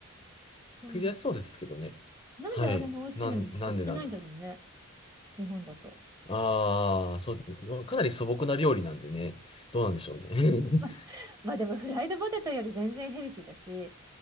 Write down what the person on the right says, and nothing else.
そう
なんであれの美味しいのに売ってないんだろうね
日本だと。
<laughs> まあでもフライドポテトより全然ヘルシーだし